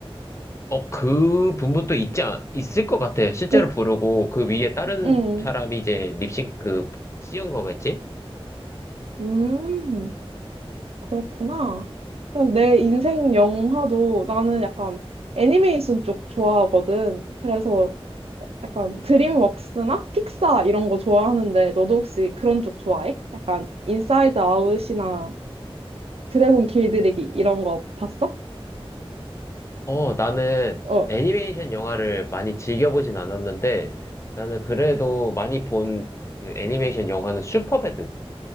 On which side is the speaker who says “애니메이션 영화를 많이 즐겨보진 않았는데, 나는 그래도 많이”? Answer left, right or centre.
Left